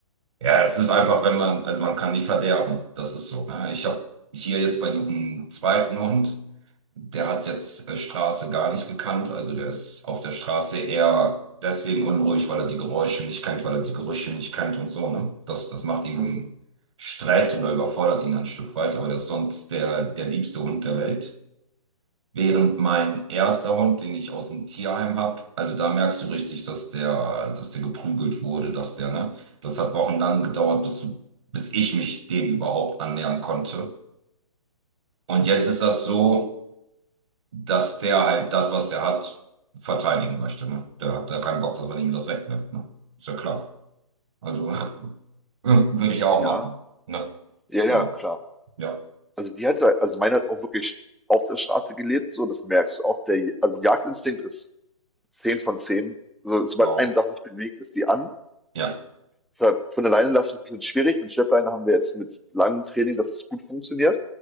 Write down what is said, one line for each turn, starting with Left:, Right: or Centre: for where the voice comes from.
Right: Ja, es ist einfach, wenn man, also man kann die verderben. Das ist so. ne? Ich habe hier jetzt bei diesem zweiten Hund, der hat jetzt äh, Straße gar nicht gekannt. Also der ist auf der Straße eher deswegen unruhig, weil er die Geräusche nicht kennt, weil er die Gerüche nicht kennt und so, ne? Das, das macht ihm
Centre: Mhm.
Right: Stress oder überfordert ihn ein Stück weit. Aber der ist sonst der, der liebste Hund der Welt. Während mein erster Hund, den ich aus dem Tierheim habe, also da merkst du richtig, dass der, dass der geprügelt wurde, dass der, ne? Das hat wochenlang gedauert, bis, du- bis ich mich dem überhaupt annähern konnte. Und jetzt ist das so, dass der halt das, was der hat, verteidigen möchte, ne? Der hat da keinen Bock, dass man ihm das wegnimmt, ne? Ist ja klar. Also <laughs> würde ich ja auch
Centre: Ja.
Right: machen, ne?
Centre: Ja,
Right: genau.
Centre: ja, klar.
Right: ja,
Centre: Also die hat halt, also meine hat auch wirklich auf der Straße gelebt, so, das merkst du auch. Der, also Jagdinstinkt ist 10 von 10. So, sobald
Right: wow.
Centre: eine Sache sich bewegt, ist die an.
Right: Ja,
Centre: Deshalb von alleine lassen ist ein bisschen schwierig. Mit Schleppleine haben wir jetzt mit langem Training, dass es gut funktioniert.